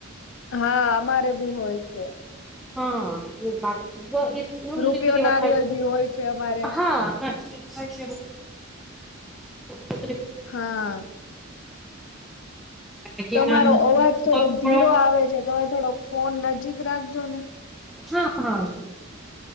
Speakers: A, on the left; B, in the centre.
A: હા અમારે ભી હોય છે,
B: <unintelligible>
A: રૂપિયો
B: <unintelligible>
A: નારિયેલ ભી હોય છે અમારે
B: પત્રિ
A: હા
B: છે કે
A: તમારો
B: આમ
A: અવાજ થોડોક
B: હા
A: ધીરો આવે છે, તમે થોડોક ફોન નજીક રાખજો ને
B: હા હા